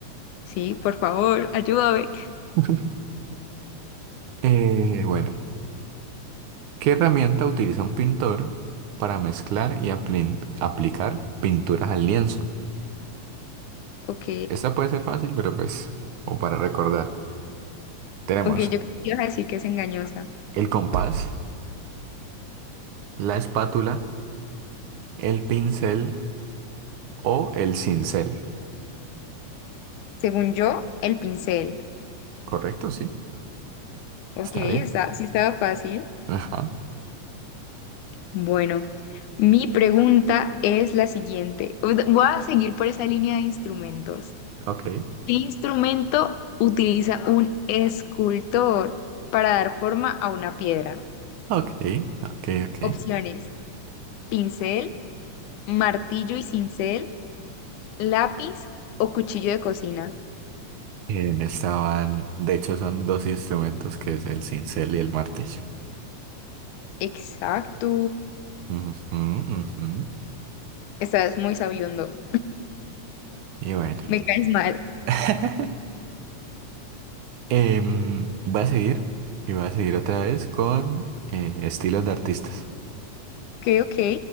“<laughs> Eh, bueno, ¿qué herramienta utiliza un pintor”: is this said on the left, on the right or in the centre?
Right